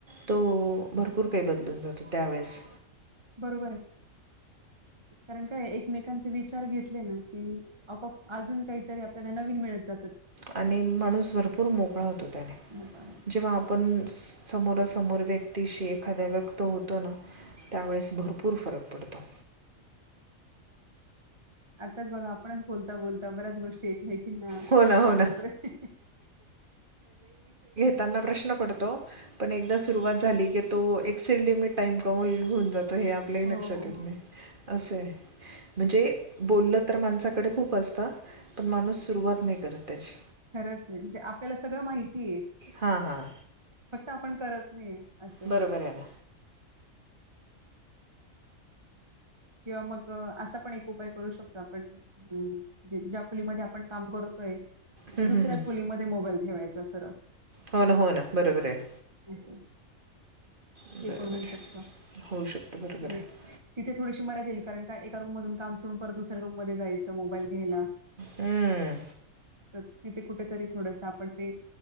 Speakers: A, on the right (about 40°); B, on the right (about 20°).
A: तो भरपूर काही बदलून जातो त्यावेेळेस.
B: बरोबर हाय, कारण काय एकमेकांचे विचार घेतले ना. कि, आपोआप अजून काहीतरी आपल्याला नवीन मिळत जा
A: आणि माणूस भरपूर मोकळा होतो त्याने,
B: मग अ,
A: जेव्हा पण समोरासमोर व्यक्तीशी एखाद्या व्यक्त होतो ना. त्यावेळेस भरपूर फरक पडतो.
B: <unintelligible> आताच बघा आपणच बोलता बोलता बऱ्याच गोष्टी मेकिना,
A: हो ना हो
B: सांगतोय.
A: ना त्यांना प्रश्न पडतो, पण एकदा सुरुवात झाली की तो एक सिलीमी टाइम कावल घेऊन जातो हे आपल्याही
B: हो
A: लक्षात येत नाही, असं आहे. म्हणजे, बोललं तर माणसाकडे खूप असतं. पण माणूस सुरुवात नाही करत तशी.
B: खरंच आहे म्हणजे आपल्याला सगळं माहिती आहे,
A: हां हां
B: फक्त आपण करत नाही आहे. असेल.
A: बरोबर आहे ना
B: किंवा मग असा पण एक उपाय करू शकतो आपण. हम्म, ज्या खोलीमध्ये आपण काम करतोय. ज्या
A: हं,
B: दुसऱ्या
A: हं, हं.
B: खोलीमध्ये मोबाईल ठेवायचा सरळ.
A: हो ना हो ना बरोबर आहे
B: अस,
A: बरोबर
B: ते पण होऊ
A: आहे
B: शकत,
A: होऊ शकतं बरोबर
B: हे
A: आहे
B: तिथे थोडीशी मर्यादा येईल कारण का एका रूमधून काम सडून परत दुसऱ्या रूममध्ये जायचं. मोबाईल घ्याला.
A: हम्म,
B: तर तिथे कुठेतरी थोडस आपण ते,